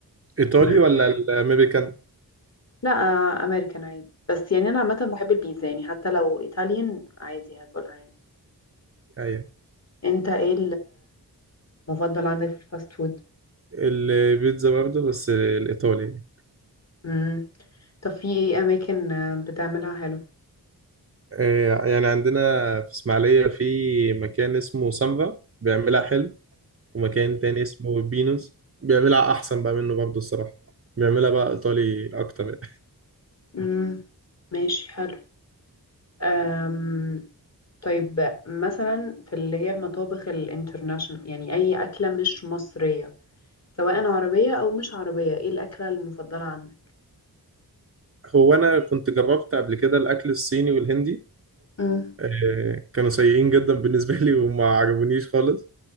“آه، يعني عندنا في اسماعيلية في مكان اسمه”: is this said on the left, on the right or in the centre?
Right